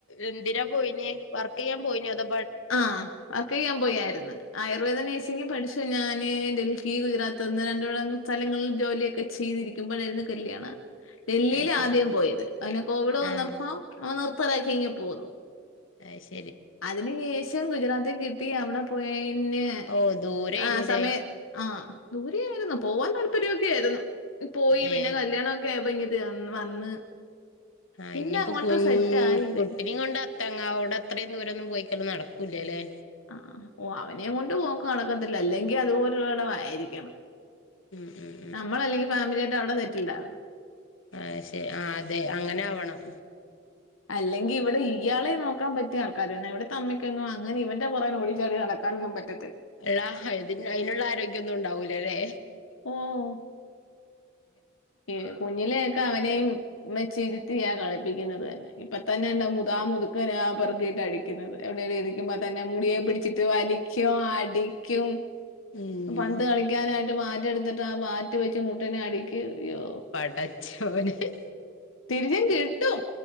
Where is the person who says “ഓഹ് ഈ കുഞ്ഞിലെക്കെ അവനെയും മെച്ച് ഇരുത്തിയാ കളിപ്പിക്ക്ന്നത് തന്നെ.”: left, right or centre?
Left